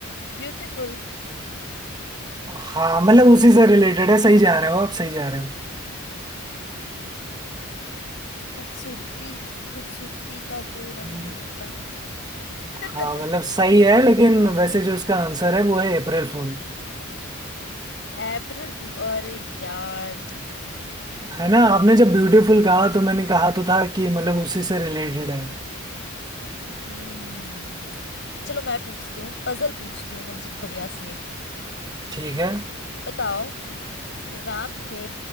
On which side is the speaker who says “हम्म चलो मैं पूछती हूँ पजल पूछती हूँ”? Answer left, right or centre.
Left